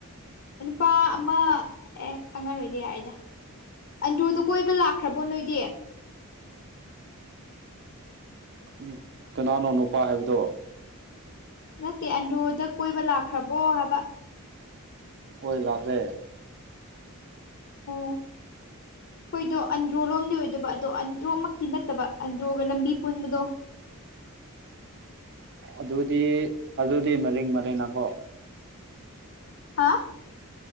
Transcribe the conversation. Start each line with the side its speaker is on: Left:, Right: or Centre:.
Left: ꯅꯨꯄꯥ ꯑꯃ ꯑꯦ ꯈꯪꯉꯔꯣꯏꯗꯦ ꯌꯥꯑꯦꯗ ꯑꯟꯗ꯭ꯔꯣꯗ ꯀꯣꯏꯕ ꯂꯥꯛꯈ꯭ꯔꯕꯣ ꯅꯣꯏꯗꯤ
Right: ꯎꯝ ꯀꯅꯥꯅꯣ ꯅꯨꯄꯥ ꯍꯥꯏꯕꯗꯣ
Left: ꯅꯠꯇꯦ ꯑꯟꯗꯣꯗ ꯀꯣꯏꯕ ꯂꯥꯛꯈ꯭ꯔꯕꯣ ꯍꯥꯏꯕ
Right: ꯍꯣꯏ ꯂꯥꯛꯈ꯭ꯔꯦ
Left: <unintelligible> ꯑꯩꯈꯣꯏꯗꯣ ꯑꯟꯗ꯭ꯔꯣ ꯂꯣꯝꯗꯤ ꯑꯣꯏꯗꯕ ꯑꯗꯣ ꯑꯟꯗ꯭ꯔꯣꯃꯛꯇꯤ ꯅꯠꯇꯕ ꯑꯟꯗ꯭ꯔꯣꯒ ꯂꯝꯕꯤ ꯄꯨꯟꯕꯗꯣ
Right: ꯑꯗꯨꯗꯤ ꯑꯗꯨꯗꯤ ꯃꯔꯤꯡ ꯃꯔꯤꯡ ꯅꯡꯈꯣ
Left: ꯍꯥ